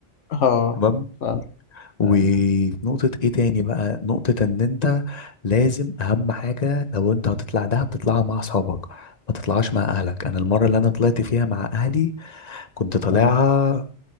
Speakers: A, on the left; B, on the left.
A: اه
B: تمام
A: ف...
B: وفي
A: ايوه
B: نقطه ايه تاني بقى نقطه ان انت لازم اهم حاجه لو انت هتطلع دهب تطلعها مع اصحابك ما تطلعهاش مع اهلك انا المره اللي انا طلعت فيها مع اهلي كنت طالعها
A: آه.